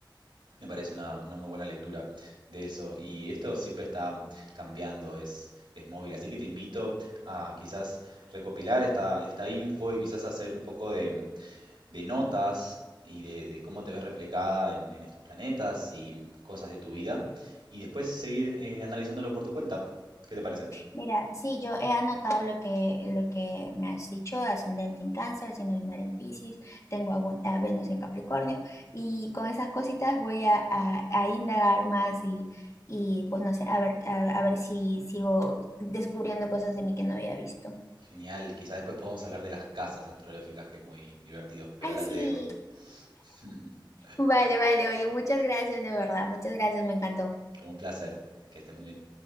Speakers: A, on the right; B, on the left.
A: Me parece una, una muy buena lectura de eso. Y esto siempre está cambiando, es, es móvil. Así que te invito a quizás recopilar esta, esta info y quizás hacer un poco de, de notas y de, de cómo te ves reflejada en, en estos planetas y cosas de tu vida, y después seguir eh, analizándolo por tu cuenta. ¿Qué te parece?
B: Mira, sí, yo he anotado lo que, lo que me has dicho, ascendente en cáncer, signo lunar en Piscis, tengo a, Bu- a Venus en Capricornio y con esas cositas voy a, a- a indagar más y... Y pues no sé, a ver, a, a ver si sigo descubriendo cosas de mí que no había visto.
A: Genial, quizás después podamos hablar de las casas astrológicas, que es muy divertido, pero
B: Ay,
A: ahora
B: sí.
A: te dejo. <laughs>
B: Vale, vale, oye, muchas gracias, de verdad, muchas gracias, me encantó.
A: Un placer, que estés muy bien.